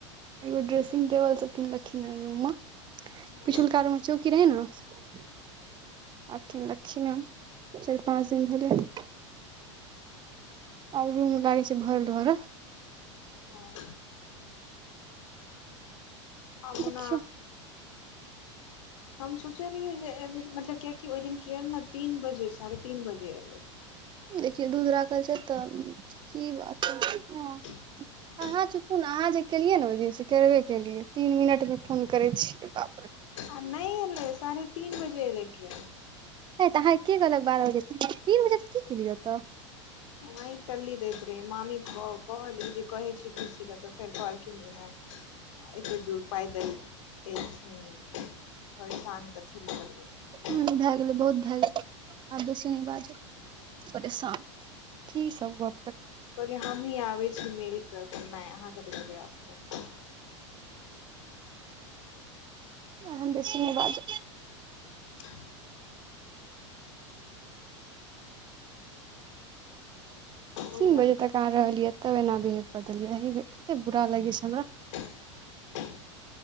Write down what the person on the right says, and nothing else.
एगो ड्रेसिंग बल छथिन लखीन रूम पिछुल
कार आोमे चौकी रहै न आके लखिना चार पाँच दिन भेल आब रूम लागय छै भरल भर
देखियौ
देखियौ दूध राखल छै तऽ की बात ह
अहाँ चुपूने अहाँ जे केलियै ने ओहि दिन से करबे केलियै तीन मिनटमे फोन करै छियै ब
नहि तऽ अहाँके के कहलक बारह बजे तीन बजे तऽ की केलियै ओत
ह भए गेलै बहुत भए गेलै आब बेसी नहि बाज परेशान की सब बा
अहां बेसी नै बाज
तीन
बजे तक आ रहलियै तब एना बिहेव क देलियै अ कते बुरा लगै छै हमर